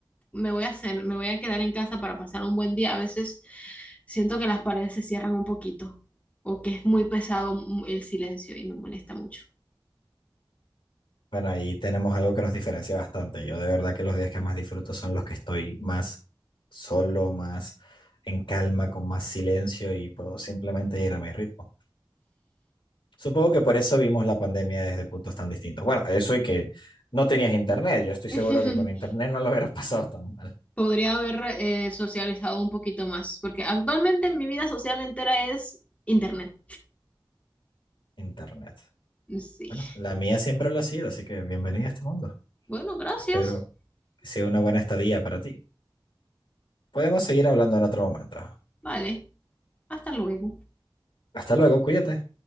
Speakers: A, on the left (about 15°); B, on the left (about 70°).
A: me voy a hacer, me voy a quedar en casa para pasar un buen día. A veces siento que las paredes se cierran un poquito o que es muy pesado el silencio y me molesta mucho.
B: Bueno, ahí tenemos algo que nos diferencia bastante. Yo de verdad que los días que más disfruto son los que estoy más solo, más en calma, con más silencio y puedo simplemente ir a mi ritmo. Supongo que por eso vimos la pandemia desde puntos tan distintos. Bueno, eso y que no tenías internet. Yo estoy
A: <laughs>
B: seguro que con internet no lo hubieras <laughs> pasado tan mal.
A: Podría haber eh, socializado un poquito más, porque actualmente mi vida social entera es internet.
B: Internet.
A: Sí.
B: Bueno, la mía siempre lo ha sido, así que bienvenida a este mundo.
A: Bueno, gracias.
B: Espero que sea una buena estadía para ti. Podemos seguir hablando en otro momento.
A: Vale, hasta luego.
B: Hasta luego, cuídate.